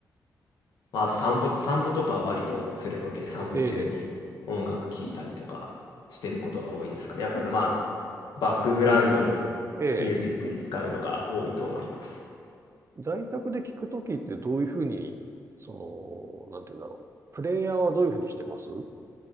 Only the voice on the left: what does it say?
まあ、あと散歩、散歩とかは割とするので、散歩中に音楽聴いたりとかしてることが多いですかね。
やっぱ、まあ、バックグラウンドに
ミュージックに使うのが多いと思います。